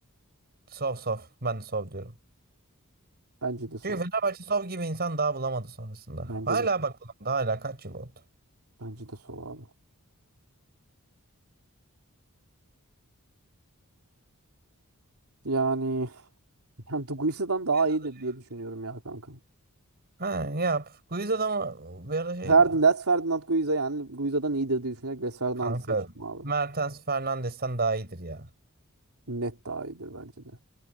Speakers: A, on the right; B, on the right.
A: Sov sov. Ben de sov diyorum.
B: Bence de sol.
A: Çünkü Fenerbahçe sov gibi insan daha bulamadı sonrasında.
B: Bence
A: Hala
B: de
A: bak bulamadı. Hala kaç yıl oldu.
B: bence de sol abi. Yani, <laughs> yani Guiza'dan daha
A: Guiza'dır
B: iyidir
A: ya.
B: diye düşünüyorum ya kanka.
A: Ha yap. Guiza da mı bir ara şeydi.
B: Ferdin, Les Ferdinand Guiza yani Guiza'dan iyidir diye düşünerek Les Ferdinand'ı
A: Kanka.
B: seçtim abi.
A: Mertens Fernandes'ten daha iyidir ya.
B: Net daha iyidir bence de.